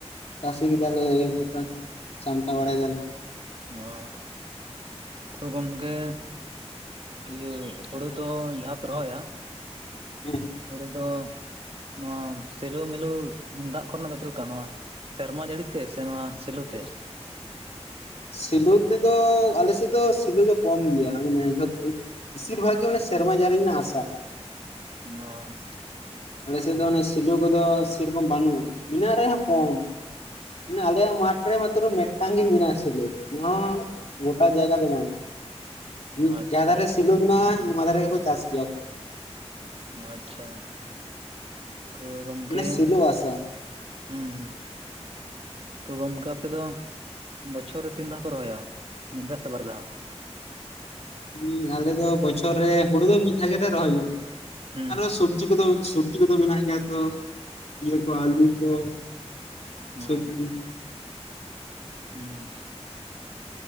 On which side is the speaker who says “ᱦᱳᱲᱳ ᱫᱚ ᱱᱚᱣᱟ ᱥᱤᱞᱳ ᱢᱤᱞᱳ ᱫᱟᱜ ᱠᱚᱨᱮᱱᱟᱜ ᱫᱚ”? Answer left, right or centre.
Right